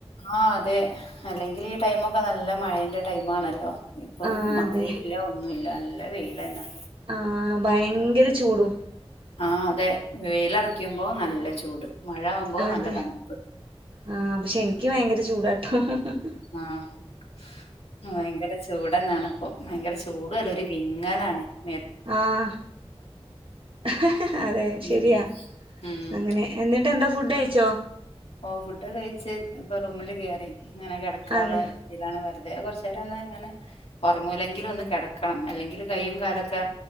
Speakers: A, on the left; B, on the right.
A: ആഹ് അതെ അല്ലെങ്കില് ടൈമൊക്കെ നല്ല മഴേന്റെ ടൈമാണല്ലോ ഇപ്പം
B: ആഹ്
A: മഴയില്ല
B: അതെ
A: ഒന്നുല്ല നല്ല വെയില് <inaudible>
B: ആഹ് ഭയങ്കര ചൂടും
A: ആഹ് അതെ വെയിലറക്കുമ്പോ നല്ല ചൂട് മഴ ആവുമ്പോ
B: അതെ
A: നല്ല തണുപ്പ്
B: ആഹ് പക്ഷെ എനിക്ക് ഭയങ്കര ചൂടാട്ടോ ഹ് ഹ് ഹ്
A: ആഹ് വയങ്കര ചൂടെന്നാണ് ഇപ്പൊ വയങ്കര ചൂടു അല്ല വിങ്ങ <unintelligible>
B: ആഹ് ഹ ഹ ഹ അതെ ശരിയാ
A: ഉം ഉം
B: അങ്ങനെ എന്നിട്ട് എന്താ ഫുഡ് ക ച്ചോ
A: ഓ ഫുഡൊകഴിച്ച് ഇപ്പൊ റൂമില് കേറി ഇങ്ങനെ കിടക്കാള്ള
B: അതെ
A: ഇതാണ് റുതെ കുറച്ചേരം ഒന്ന് ഇങ്ങനെ ഉറങ്ങൂലെങ്കിലു ഒന്ന് കിടക്കണം അല്ലെങ്കിൽ കൈയും കാലൊക്കെ